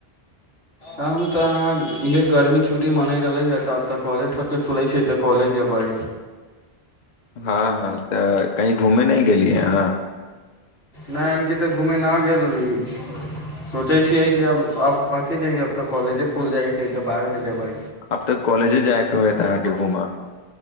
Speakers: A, on the left; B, on the left.
A: हम त अहाँ इहे गर्मी छुट्टी मनैत रहले हँ त आब त कॉलेज सभके खुलै छै त कॉलेज जेबै
B: हँ हँतऽ कही घूमे नहि गेलियै अहाँ
A: नहि हम कि त घूमे न गेल रहली सोचै छियै कि अब अब कथि जेह अब त कॉलेजे खुल जाइतै त बादमे जेबै
B: अब तकॉलेजे जाय के होयत अहाँके घूमा